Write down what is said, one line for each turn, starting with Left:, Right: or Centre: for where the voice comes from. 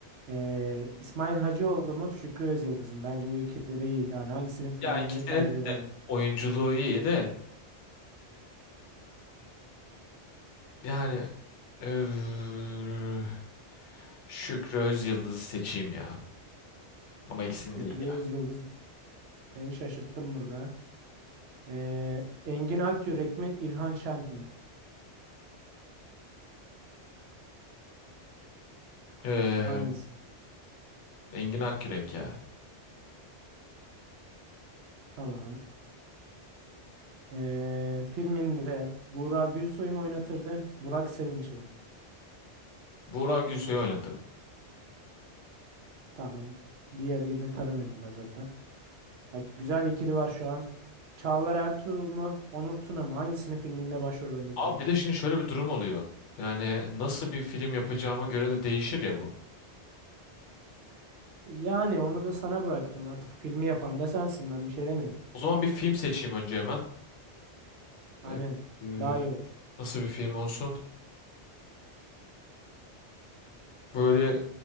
Right: Ee, İsmail Hacıoğlu mu? Şükrü Özyıldız mı? Bence bu ikili de iyi. Yani hangisinin filminde
Left: Ya ikisinin
Right: tercih ederdin?
Left: oyunculuğu iyi de yani eee, Şükrü Özyıldız'ı seçeyim ya. Ama ikisini
Right: Şükrü
Left: de iyi
Right: Özyıldız
Left: ya.
Right: beni şaşırttın burada. Ee, Engin Akyürek mi? İlhan Şen mi?
Left: Eee
Right: Hangisi?
Left: Engin Akyürek ya.
Right: Tamam. Ee, filminde Burak Gülsoy mu oynatırdın? Burak Sevinç mi?
Left: Buğra Gülsoy'u oynatırım.
Right: Tamam. Diğer yerini tanımıyordum ben zaten. Bak güzel ikili var şu an. Çağlar Ertuğrul mu? Onur Tuna mı? Hangisini filminde başrol oynatırdın?
Left: Abi bir de şimdi şöyle bir durum oluyor. Yani nasıl bir film yapacağıma göre de değişir ya bu.
Right: Yani onu da sana bıraktım. Artık filmi yapan da sensin. Ben bir şey demeyeyim.
Left: O zaman bir film seçeyim önce hemen.
Right: Aynen.
Left: Eee, eee,
Right: Daha iyi olur.
Left: nasıl bir film olsun? Böyle